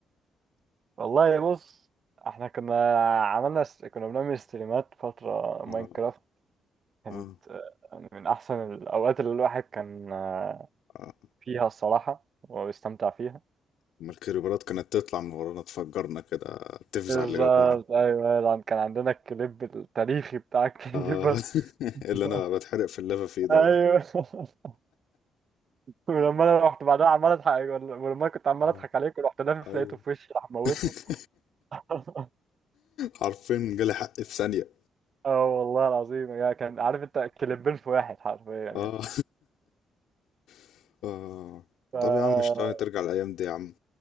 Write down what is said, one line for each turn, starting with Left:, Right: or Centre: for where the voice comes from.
Right: والله بص احنا كنا عملنا س... كنا بنعمل ستريمات فترة
Left: اه
Right: ماينكرافت كانت
Left: اه
Right: آه، يعني من أحسن الأوقات اللي الواحد كان آه،
Left: اه
Right: فيها الصراحة وبيستمتع فيها
Left: ما الكريبرات كانت تطلع من ورانا تفجرنا كده تفزع
Right: بالظبط
Left: اللي جابونا
Right: أيوة طبعاً كان عندنا الكليب التاريخي بتاع الكليبر
Left: اه <laughs> اللي انا
Right: <laughs>
Left: بتحرق في اللافا فيه ده
Right: ايوه <laughs> ولما انا رحت بعدها عمال اضحك ولما أنا كنت عمال
Left: اه
Right: اضحك عليك ورحت لافف
Left: ايوه
Right: لقيته في وشي راح موتني
Left: <laughs>
Right: <laughs> اه
Left: حرفيا جالي حق في ثانيه
Right: آه والله العظيم يا كان عارف انت كليبين في واحد حرفيا يعني
Left: اه <laughs> اه
Right: ف
Left: طب يا عم مش ترجع الايام دي يا عم